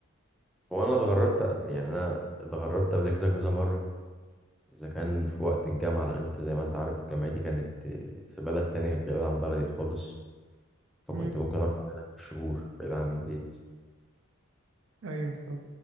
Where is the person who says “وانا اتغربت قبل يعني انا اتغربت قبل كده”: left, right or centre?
Centre